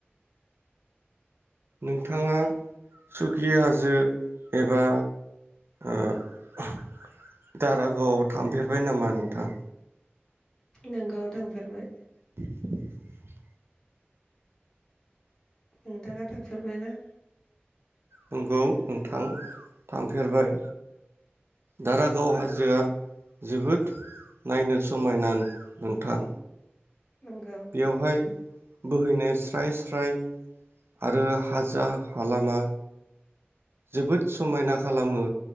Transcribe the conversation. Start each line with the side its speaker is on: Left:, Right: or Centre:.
Right: नोंथाङा सुकि हाजो एबा ओ-दारागावआव थांफेरबाय नामा नोंथां?
Left: नोंगौ थांफेरबाय।
Right: <inaudible>
Left: नोंथाङा थांफेरबायना?
Right: नंगौ नोंथां थांफेरबाय। दारागाव
Left: नों
Right: हाजोआ जोबोद नायनो समायना नोंथां।
Left: नोंगौ
Right: बेवहाय बोहैनाय स्राय स्राय आरो हाजा हालामा जोबोद समायना खालामो